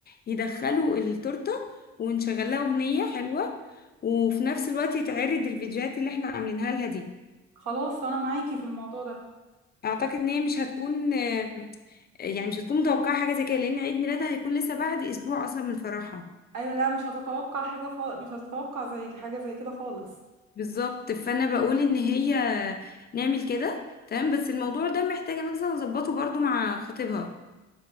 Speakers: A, on the left; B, on the right.
A: يدخلوا التورته ونشغل لها أغنية حلوة وفي نفس الوقت يتعرض الفيديوهات اللي احنا عاملينها لها دي
B: خلاص أنا معاكي في الموضوع ده
A: اعتقد ان هي مش هتكون آه، يعني مش هتكون متوقعة حاجة زي كده لأن عيد ميلادها هيكون لسه بعد أسبوع أصلا من فرحها
B: أيوة لا مش هتتوقع حاجة خالص مش هتتوقع زي حاجة زي كده خالص
A: بالظبط فأنا بقول إن هي نعمل كده تمام بس الموضوع ده محتاجة مثلا أظبطه برضو مع خطيبها